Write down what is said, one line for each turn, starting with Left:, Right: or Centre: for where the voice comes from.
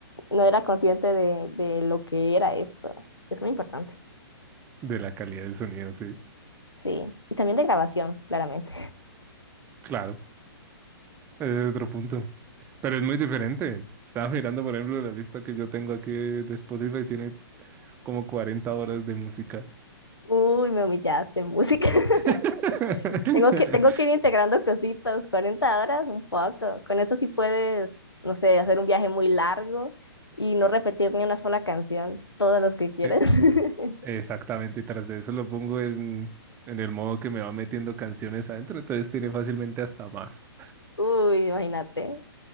Left: no era consciente de, de lo que era esto. Es muy importante.
Right: de la calidad del sonido, sí.
Left: Sí, y también de grabación, claramente. <laughs>
Right: Claro, es otro punto. Pero es muy diferente. Estaba mirando, por ejemplo, la lista que yo tengo aquí de Spotify, tiene como 40 horas de música.
Left: Uy, me humillaste en música. <laughs>
Right: <laughs>
Left: Tengo que, tengo que ir integrando cositas, 40 horas, un poco. Con eso sí puedes, no sé, hacer un viaje muy largo y no repetir ni una sola canción, todas las que quieres.
Right: Eh,
Left: <laughs>
Right: Exactamente, y tras de eso lo pongo en, en el modo que me va metiendo canciones adentro, entonces tiene fácilmente hasta más.
Left: Uy, imagínate.